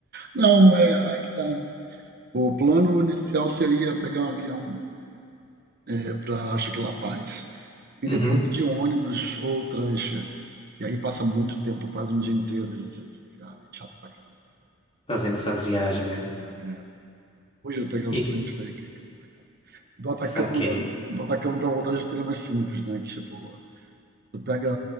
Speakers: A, on the right; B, on the left.
A: Não, é, aí tá. O plano inicial seria pegar um avião É, pra acho que La Paz, e
B: Uhum,
A: depois é de ônibus ou prancha. E aí passa muito tempo, quase um dia inteiro de de de viagem, chato pra caraca isso
B: fazendo essas viagens, né?
A: aí. É, hoje eu pegar
B: E
A: o trem por aí que é que é complicado. Do Atacama
B: saquei.
A: do Atacama para voltar já seria mais simples, né, que tipo, tu pega